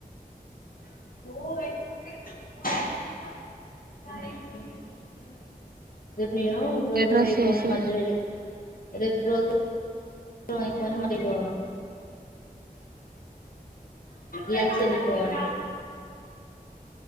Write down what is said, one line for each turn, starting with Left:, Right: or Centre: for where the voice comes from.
Left: <unintelligible> మేము పోగ్రామ్
Right: ఎటు డ్రెస్
Left: అయిపోకానే
Right: ఏసిర్రు
Left: మధ్యలో రేపు పోగ్రాం ఆయిపోలే మరోలో లంచ్ ఇంక ఫోన్